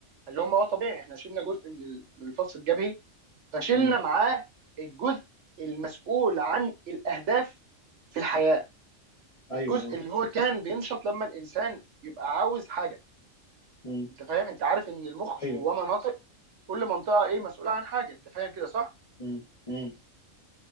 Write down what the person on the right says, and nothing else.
قال لهم هو طبيعي احنا شلنا جزء من ال- من الفص الجبهي فشلنا
معاه الجزء المسؤول عن الاهداف في الحياه
الجزء
اللي هو كان بينشط لما الانسان يبقى عاوز حاجه
انت فاهم انت عارف ان المخ
جواه مناطق كل منطقه ايه مسؤوله عن حاجه انت فاهم كده صح؟